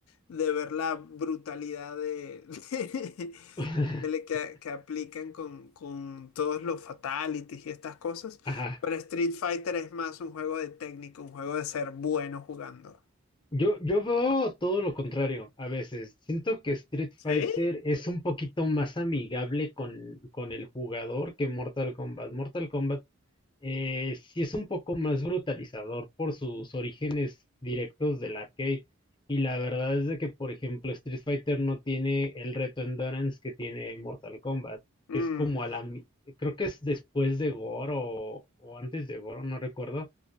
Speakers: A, on the left (about 75°); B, on the left (about 20°).
A: de ver la brutalidad de, <laughs>
B: <laughs>
A: de- de que, que aplican con, con todos los fatalities y estas cosas.
B: Ajá.
A: Pero Street Fighter es más un juego de técnica, un juego de ser bueno jugando.
B: Yo, yo veo todo lo contrario a veces. Siento que Street
A: ¿Sí?
B: Fighter es un poquito más amigable con, con el jugador que Mortal Kombat. Mortal Kombat Eh, sí es un poco más brutalizador por sus orígenes directos del arcade. Y la verdad es de que, por ejemplo, Street Fighter no tiene el reto Endurance que tiene Mortal Kombat,
A: Mm.
B: que es como a la... mi- Creo que es después de Goro o antes de Goro, no recuerdo,